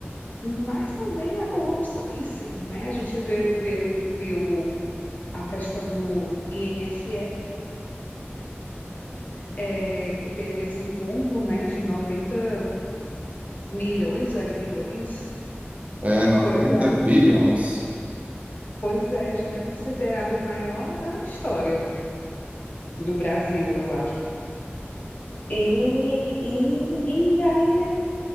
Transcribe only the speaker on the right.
É
noventa
bilhões?